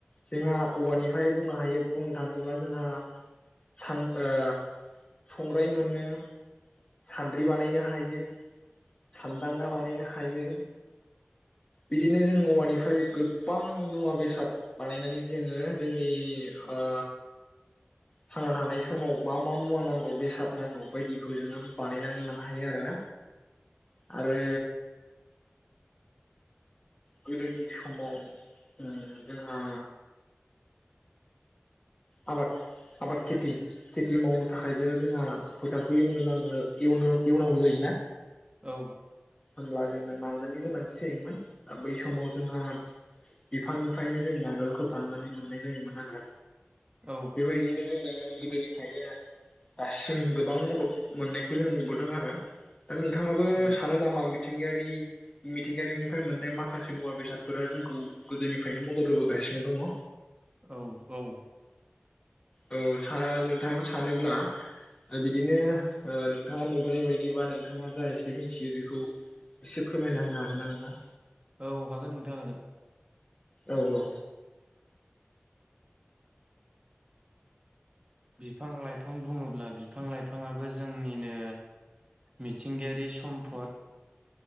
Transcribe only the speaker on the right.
औ।
औ
औ
औ औ।
औ हागोन नोंथा हागोन।
बिफां लाइफां बुङोब्ला बिफां लाइफाङाबो जोंनिनो मिथिंगायारि सम्पद